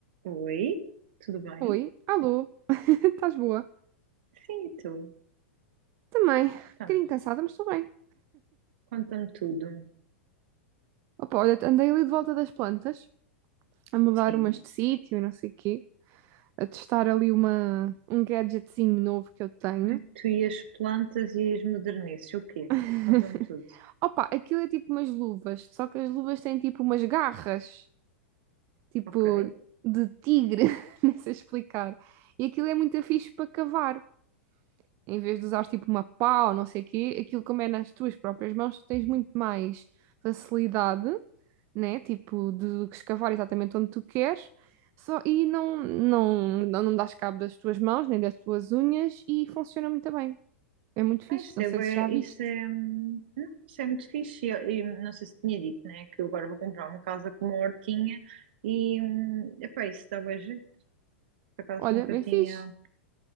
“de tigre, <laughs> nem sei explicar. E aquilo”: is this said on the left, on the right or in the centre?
Right